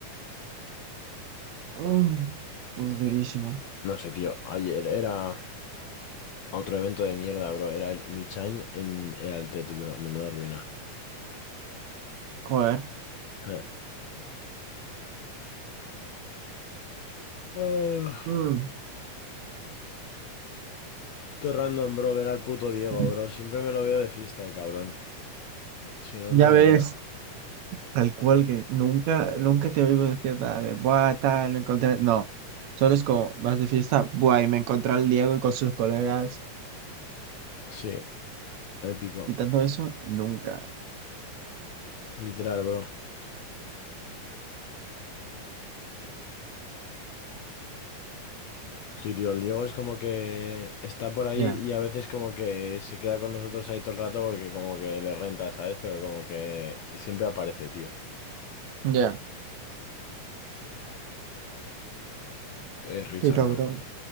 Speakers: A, on the right; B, on the left.
A: Mm, pues durísimo.
B: No sé, tío. Ayer era otro evento de mierda, bro. Era el Michain en el Altet, bro. Menuda ruina.
A: Joder.
B: Eh. Ah,
A: Mm,
B: todo random, bro, ver al puto Diego,
A: mm.
B: bro. Siempre me lo veo de fiesta, el cabrón. Si no,
A: Ya
B: no le
A: ves.
B: veo.
A: Tal cual que nunca, nunca te oigo decir nada de buah, tal, me encontré. No, solo es como vas de fiesta, buah, y me encontré al Diego y con sus colegas
B: Sí, épico.
A: y tanto eso, nunca.
B: Literal, bro. Sí, tío, el Diego es como que está por ahí
A: Ya,
B: y a veces como que se queda con nosotros ahí todo el rato porque como que le renta, ¿sabes? Pero como que siempre aparece, tío.
A: ya,
B: Es risa,
A: qué cabrón.
B: bro.